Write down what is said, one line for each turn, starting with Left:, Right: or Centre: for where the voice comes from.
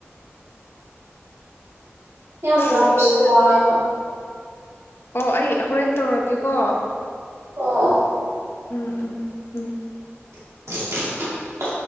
Right: ꯌꯥꯝ ꯂꯥꯞꯄꯁꯨ
Left: ꯅꯛꯑꯦ ꯅꯛꯑꯦ
Right: ꯋꯥꯏꯕ
Left: ꯑꯣ ꯑꯩ ꯍꯣꯔꯦꯟ ꯇꯧꯔꯛꯀꯦꯀꯣ
Right: ꯑꯣ ꯑꯣ
Left: ꯎꯝ ꯎꯝ ꯎꯝ
Right: <inaudible>